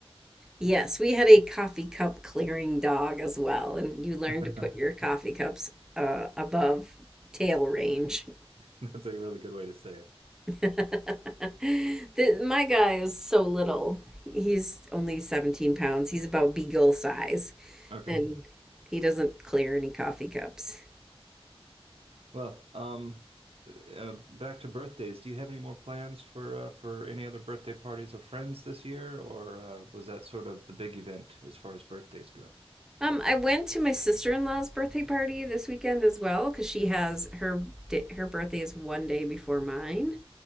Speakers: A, in the centre; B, on the right.
A: Yes, we had a coffee cup clearing dog as well, and you learn
B: them.
A: to put your coffee cups uh, above tail range.
B: <laughs> That's a really good way to say it.
A: <laughs> The- my guy is so little. He's only 17 pounds. He's about beagle size,
B: Okay.
A: and he doesn't clear any coffee cups.
B: Well, um, uh, uh, back to birthdays. Do you have any more plans for uh, for any other birthday parties of friends this year, or uh, was that sort of the big event as far as birthdays go?
A: Um, I went to my sister-in-law's birthday party this weekend as well because she has her di- her birthday is one day before mine.